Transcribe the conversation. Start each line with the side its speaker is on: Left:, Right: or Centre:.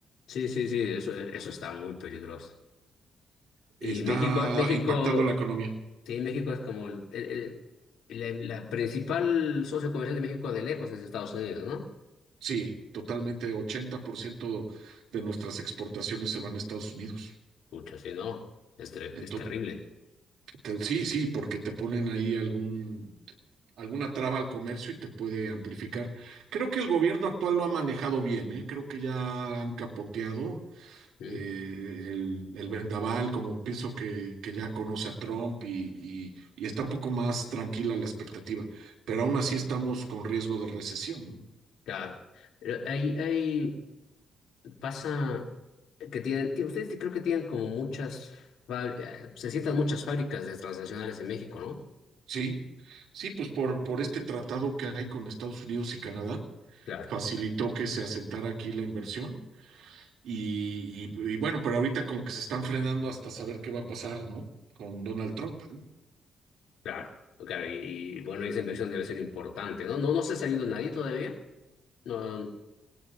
Left: Sí, sí, sí, eso, eso está muy peligroso.
Right: Está
Left: Y México, México.
Right: impactando la economía.
Left: Sí, México es como el, el- el- la, la principal socio comercial de México de lejos es Estados Unidos, ¿no?
Right: Sí, totalmente, 80% de nuestras exportaciones se van a Estados Unidos.
Left: Pucha, sí, no, es, ter-
Right: Entonces,
Left: es terrible.
Right: te- sí, sí, porque te ponen ahí algún, alguna traba al comercio y te puede amplificar. Creo que el gobierno actual lo ha manejado bien, ¿eh? Creo que ya han capoteado
Left: ¿Mm?
Right: eh, el, el vendaval, como pienso que, que ya conoce a Trump y, y- y está un poco más tranquila la expectativa, pero aún así estamos con riesgo de recesión, ¿no?
Left: Claro. Pero ahí, ahí pasa que tienen, tie- ustedes creo que tienen como muchas, fabri- eh, se sientan muchas fábricas de transnacionales en México, ¿no?
Right: Sí, sí, pues por, por este tratado que hay con Estados Unidos y Canadá,
Left: Claro,
Right: facilitó que se asentara aquí la inversión y, y y bueno, pero ahorita como que se están frenando hasta saber qué va a pasar, ¿no? Con Donald Trump. ¿no?
Left: claro, claro. Y, y, bueno, esa inversión debe ser importante, ¿no? No, no se ha salido nadie todavía. No,